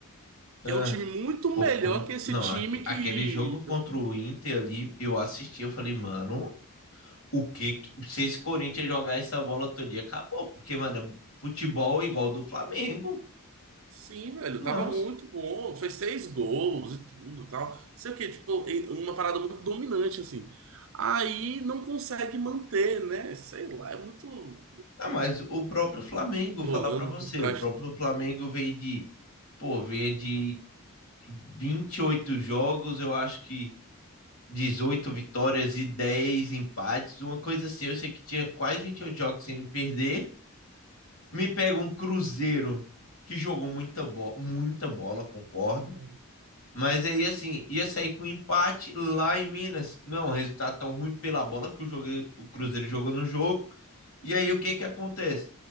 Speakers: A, on the left (about 70°); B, on the right (about 60°).
A: aham.
B: que é um time muito
A: Pô,
B: melhor
A: como.
B: que esse
A: Não,
B: time
A: aque-
B: que.
A: aquele jogo contra o Inter ali, eu assisti, eu falei, mano, o que. que- Se esse Corinthians jogar essa bola todo dia, acabou, porque, mano, futebol é igual do Flamengo.
B: Sim, velho,
A: Nossa.
B: tava muito bom, fez seis gols e tudo e tal. Sei o quê, tipo, em- uma parada muito dominante, assim. Aí não consegue manter, né? Sei lá, é muito
A: Ah, mas o próprio Flamengo, vou falar
B: rolando
A: pra você,
B: por trás
A: o próprio Flamengo veio de, pô, veio de 28 jogos, eu acho que 18 vitórias e 10 empates, uma coisa assim. Eu sei que tinha quase 28 jogos sem perder. Me pega um Cruzeiro que jogou muita bola, muita bola, concordo.
B: <laughs>
A: Mas aí, assim, ia sair com empate lá em Minas. Não, resultado tão ruim pela bola que o, jogo, o Cruzeiro jogou no jogo. E aí o que que acontece?